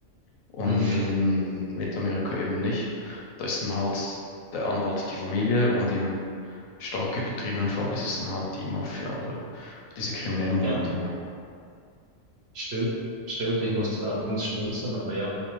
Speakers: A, on the left; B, on the right.
A: und
B: so, oder?
A: in Mittelamerika eben nicht. Da ist dann halt der Anwalt die Familie und im stark übertrieben und vor allem ist es dann halt die Mafia oder diese kriminellen
B: Ja,
A: Banden. ne?
B: stimmt, stimmt. Ich musste anfangs schmunzeln, aber ja,